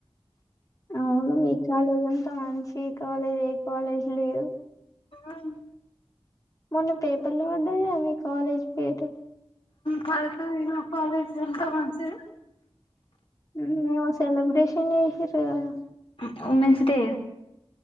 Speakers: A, on the left; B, on the left.
A: అవ్ను మీ కాలేజంతా మంచి ఈ కాలేజ్ ఏ కాలేజ్ లేదు.
B: ఆన్
A: మొన్న పేపర్లు వడ్డాయిగద మీ కాలేజ్ పేరు
B: పడుత ఇగ కాలేజ్ అంత మంచిదే
A: ఉహ్ ఏమో సెలబ్రేషన్ ఇసిర్రు గదా
B: ఉ వుమెన్స్ డే